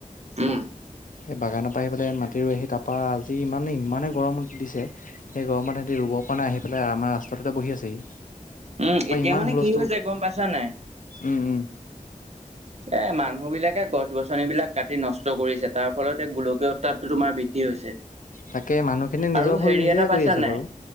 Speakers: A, on the right (about 50°); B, on the left (about 70°).
A: উম।
B: এই বাগানৰ পৰা আহি পেলাই মাটি ৰোৱেহি তাপা আজি ইমান ইমানে গৰমত দিছে। এই গৰমত সেতি ৰুবৰ পৰা নাই, আহি পেলাই আমাৰ ৰাস্তাটোতে বহি আছেহি।
A: উম
B: তাপা
A: এতিয়া
B: ইমান
A: মানে
B: হুলস্থুল,
A: কি হৈছে গম পাইছা নাই
B: উম উম।
A: এ মানুহ বিলাকে গছ গছনিবলাক কাটি নষ্ট কৰিছে তাৰ ফলত এই গোলকীয় উৎতাপ তোমাৰ বৃদ্ধি হৈছে।
B: তাকে মানুহখিনিয়ে নিজৰ
A: আৰু
B: ভুল
A: হেৰি
B: নিজে
A: এটা পাইছা
B: কৰি আছে
A: নাই
B: বাও।